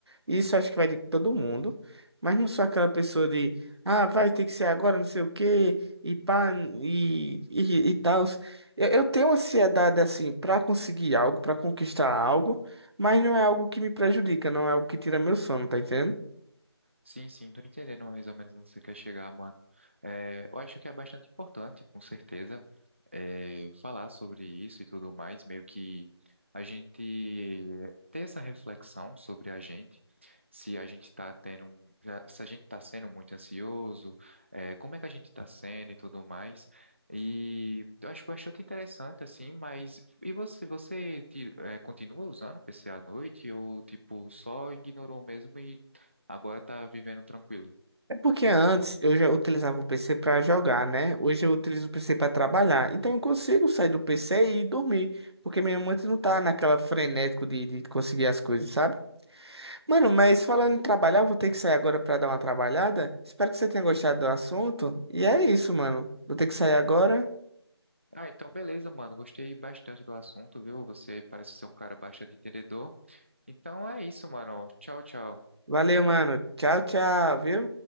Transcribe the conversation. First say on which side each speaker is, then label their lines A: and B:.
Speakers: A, on the right (about 65°); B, on the right (about 25°).
A: Isso acho que vai de todo mundo. Mas não sou aquela pessoa de, ah, vai ter que ser agora, não sei o quê, e pá, e, e, e tal. Eu, eu tenho ansiedade assim pra conseguir algo, pra conquistar algo, mas não é algo que me prejudica, não é algo que tira meu sono, tá entendendo?
B: Sim, sim, tô entendendo mais ou menos onde você quer chegar, mano. É, eu acho que é bastante importante, com certeza, é, falar sobre isso e tudo mais, meio que a gente ter essa reflexão sobre a gente, se a gente tá tendo, um- já- se a gente tá sendo muito ansioso, é, como é que a gente tá sendo e tudo mais. E eu acho bastante interessante, assim, mas e você, você ti- é, continua usando o PC à noite ou, tipo, só ignorou mesmo Agora tá vivendo tranquilo.
A: É porque antes eu já utilizava o PC para jogar, né? Hoje eu utilizo o PC para trabalhar. Então eu consigo sair do PC e ir dormir. Porque minha mente não tá naquela frenético de, de conseguir as coisas, sabe? Mano, mas falando em trabalhar, eu vou ter que sair agora para dar uma trabalhada. Espero que você tenha gostado do assunto. E é isso, mano. Vou ter que sair agora.
B: Ah, então beleza, mano. Gostei bastante do assunto, viu? Você parece ser um cara bastante entendedor. Então é isso, mano. Tchau, tchau.
A: Valeu, mano. Tchau, tchau, viu?